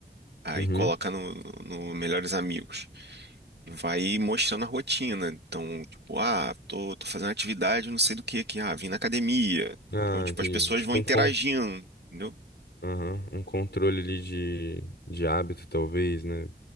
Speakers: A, on the right (about 80°); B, on the left (about 80°).
A: Aí
B: uhum.
A: coloca no, no Melhores Amigos e vai mostrando a rotina. Então, tipo, ah, tô, tô fazendo atividade, não sei do que aqui, ah, vim na academia.
B: Ah,
A: Então, tipo,
B: entendi.
A: as pessoas
B: Tipo
A: vão interagindo.
B: um, con...
A: entendeu?
B: aham, um controle ali de, de hábito, talvez, né?